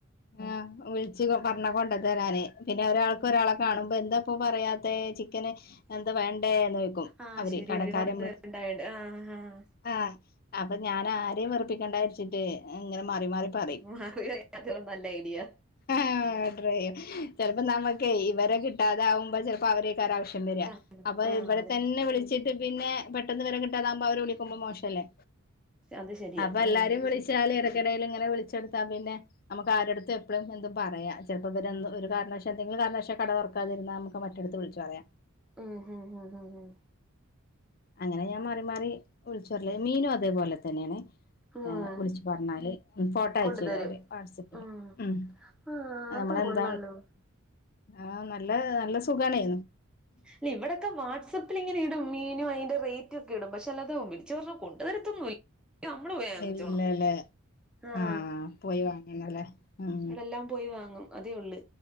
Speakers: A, on the left (about 40°); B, in the centre.
A: ആഹ വിളിച്ച് പറഞ്ഞ കൊണ്ട തരാന് പിന്നെ ഒരാൾക്ക്
B: ഉം
A: ഒരാളെ കാണുമ്പൊ എന്താപ്പൊ പറയാത്തെ ചിക്കന് എന്താ വേണ്ടേന്ന് ചൊയ്ക്കും
B: ആഹ്
A: അവര്
B: ശരി
A: കടക്കാര്
B: ഒരുപാട്
A: മ്മള്
B: പേരുണ്ടായോണ്ട് ആഹ് ആഹ്
A: ആഹ അപ്പൊ ഞാൻ ആരെം വെറുപ്പിക്കണ്ടാരിച്ചിട്ടെ ഇങ്ങനെ മാറി മാറി പറിം
B: ഉം അറിയാത്തത് നല്ല ഐഡിയ
A: ആഹ ട്രൈ ചെയ്യാം ചെലപ്പം നമ്മുക്കെ ഇവരെ കിട്ടാതാവുമ്പം ചെലപ്പം അവര് കാരാവശ്യം വര്യ
B: കാരണം
A: അപ്പം
B: ആഹ്
A: ഇവരെ
B: അതെ
A: തന്നെ വിളിച്ചിട്ട് പിന്നെ പെട്ടന്ന് വരെ കിട്ടാതാവുമ്പോ അവരെ വിളിക്കുമ്പോ മോശല്ലേ
B: അത് ശരിയാ
A: അപ്പൊ എല്ലാരും
B: ഉം
A: വിളിച്ച് ചാലി ഇടക്കിടയിൽ ഇങ്ങനെ വിളിച്ചെടുത്ത പിന്നെ നമുക്ക് ആരുടുത്ത് എപ്പഴും എന്തും പറയാ ചിലപ്പോ ഇവ ഒരു കാരണവശ ാൽഎന്തെ മിലും കാരണവശാൽ കട തുറക്കാതിരുന്ന മറ്റടു വിളിച്ചു പറയാം
B: ഉം ഉം ഉം
A: അങ്ങനെ ഞാൻ മാറി മാറി വിളിച്ചോറിയലമീനും അതേപോലെ തന്നെയാണ്
B: ഉം
A: വിളിച്ച് പറഞ്ഞാല് ഫോട്ടോ അയച്ചു
B: കൊണ്ടു
A: തരോ
B: തരും
A: അവര് വാട്സപ്പില്
B: ഉം
A: ഉ
B: ആഹ്
A: നമ്മളെന്താ
B: അത് കൊള്ളാലോ
A: ആഹ നല്ല നല്ല സുഖണെ
B: ഇല്ല ഇവിടൊക്കെ വാട്സആപ്പിൽ ഇങ്ങനെ ഇടും മീനും അതിന്റെ റേറ്റും ഒക്കെ ഇടും പക്ഷെ അല്ലതെ വിളച്ച്പറഞ്ഞ കൊ ഇതരത്തൊന്നുമല്ല നമ്മള് പോയി മേടിച്ചോണം
A: ഇല്ലല്ലേ
B: ആഹ
A: ആഹ് പോയി വാങ്ങണല്ലേ ഉം
B: ഇവിടെ എല്ലാം പോയി വാങ്ങും അതേ ഉള്ളു